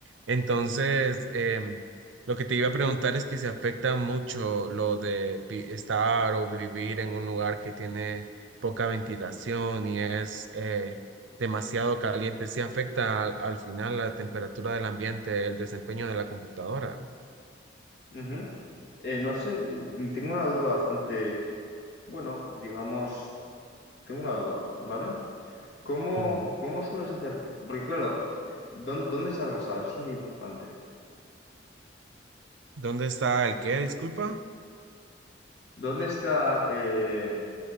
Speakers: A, on the right; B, on the left.
A: Entonces, em, lo que te iba a preguntar es que se afecta mucho lo de vi- estar o vivir en un lugar que tiene poca ventilación y es eh, demasiado caliente. ¿Sí afecta al, al final la temperatura del ambiente, el desempeño de la computadora?
B: Ujú. Eh, no sé, tengo una duda bastante, bueno, digamos, tengo una duda, ¿vale? ¿Cómo,
A: Ujú.
B: cómo sueles hacer tú? Porque claro, eh, ¿dón- ¿dónde, estás basado? Eso es muy importante.
A: ¿Dónde está el qué? Disculpa.
B: ¿Dónde está, eh,